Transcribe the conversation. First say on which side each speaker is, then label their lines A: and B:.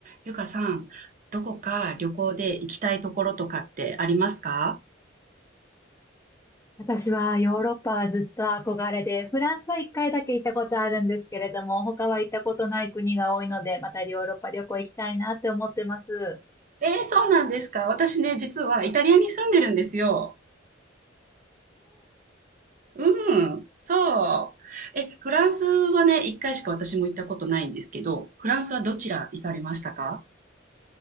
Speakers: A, on the right; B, on the left.
A: ゆかさん、どこか旅行で行きたいところとかってありますか
B: 私はヨーロッパはずっと憧れで、フランスは一回だけ行ったことあるんですけれども、他は行ったことない国が多いので、またヨーロッパ旅行行きたいなって思ってます。
A: えー、そうなんですか。私ね、実はイタリアに住んでるんですよ。うん、そう。え、フランスはね、一回しか私も行ったことないんですけど、フランスはどちら行かれましたか